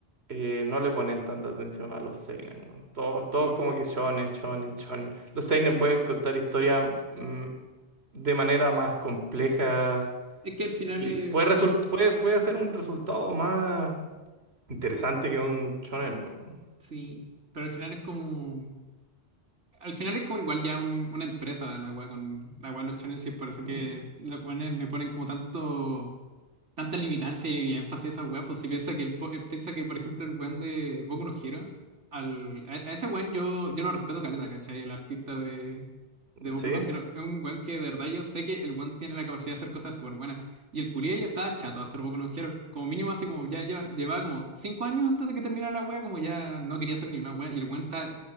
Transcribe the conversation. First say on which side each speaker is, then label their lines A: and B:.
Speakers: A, on the right; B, on the right.
A: eh, no le ponen tanta atención a los seinen, weón. Todos, todos
B: Mm.
A: como que shonen, shonen, shonen. Los seinen pueden contar historias mm, de manera más compleja
B: Es que al final
A: y
B: es,
A: puede, result puede, puede hacer un resultado más interesante que un shonen, po, weón.
B: sí, pero al final es como... Al final es como igual ya un- una empresa la weá con la weá de los challenges, por eso
A: Mm,
B: que le ponen, le ponen como tanto tanta limitancia y énfasis a esa weá, pues si piensa que el po- eh, piensa que, por ejemplo, el weón de Boku no Hero, al, a, a ese weón yo, yo lo respeto caleta, ¿cachai? El artista de, de Boku
A: ¿sí?
B: no Hero. Es un weón que de verdad yo sé que el weón tiene la capacidad de hacer cosas súper buenas. Y el culiao ya estaba chato de hacer Boku no Hero. Como mínimo así como ya lleva- llevaba como cinco años antes de que terminara la weá, como ya no quería hacer ni una weá. Y el weón está,